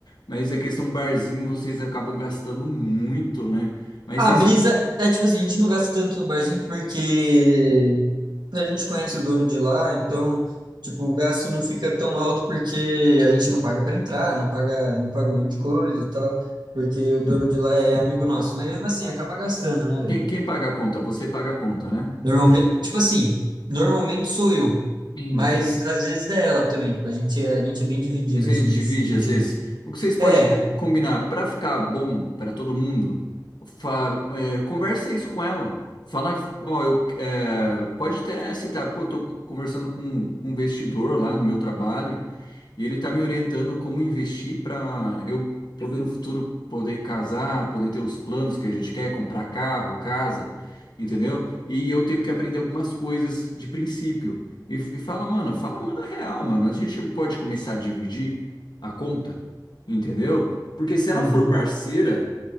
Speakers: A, on the left (about 80°); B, on the right (about 80°).
A: Mas a questão barzinho, vocês acabam gastando muito, né? Mas
B: A
A: vocês,
B: brisa é tipo assim, a gente não gasta tanto no barzinho porque A gente conhece o dono de lá, então, tipo, o gasto não fica tão alto porque a gente não paga para entrar, não paga, não paga um monte de coisa e tal, porque o dono de lá é amigo nosso. Mas mesmo assim, acaba gastando, né, velho?
A: quem, quem paga a conta? Você paga a conta, né?
B: Normalmente, tipo assim, normalmente sou eu,
A: Hum.
B: mas às vezes é ela também. Tipo, A gente, é- a gente é bem dividido,
A: A gente
B: assim,
A: divide
B: nesse sentido.
A: às vezes. O que vocês podem
B: É,
A: com-
B: é.
A: combinar para ficar bom para todo mundo? fa- é, conversa isso com ela. Fala, ó, eu, é, pode até citar, pô, eu tô conversando com um investidor lá no meu trabalho. E ele tá me orientando como investir para eu poder no futuro poder casar, poder ter os planos que a gente quer, comprar carro, casa, entendeu? E eu tenho que aprender algumas coisas de princípio. E, e fala, mano, fala, manda real, mano. A gente não pode começar a dividir a conta, entendeu? Porque se ela
B: uhum,
A: for parceira